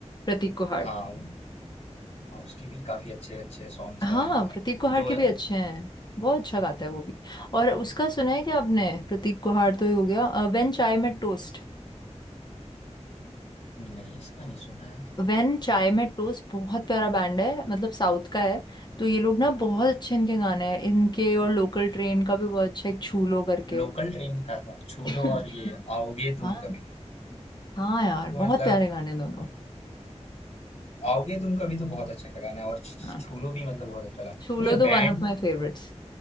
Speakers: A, on the left; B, on the left.
A: प्रतीक कुहाड़
B: हाँ उ- हाँ उसके भी काफी अच्छे अच्छे सॉन्ग्स
A: हाँ
B: हैं
A: प्रतीक
B: अ,
A: कुहाड़
B: जो
A: के भी अच्छे हैं बहुत अच्छा गाता है वो भी और उसका सुना है क्या आपने प्रतीक कुहाड़ तो ही हो गया when chai met toast
B: नहीं, इसका नहीं सुना है।
A: When chai में टोस्ट बहुत प्यारा बैंड है मतलब साउथ का है तो ये लोग ना बहुत अच्छे इनके गाने हैं इनके और लोकल ट्रेन का भी बहुत अच्छा है एक छूलो करके
B: लोकल ट्रेन का था, छू
A: <laughs>
B: लो और ये आओगे तुम
A: हाँ
B: कभी।
A: हाँ यार
B: तो
A: बहुत
B: मतलब
A: प्यारे गाने दोनों
B: आओगे तुम कभी तो बहुत अच्छा गाना है और छ-
A: हाँ
B: छू लो भी मतलब बहुत अच्छा गाना है।
A: छूलो
B: नहीं, ये
A: तो वन
B: बैंड
A: ऑफ माय
B: का
A: फेवरेट्स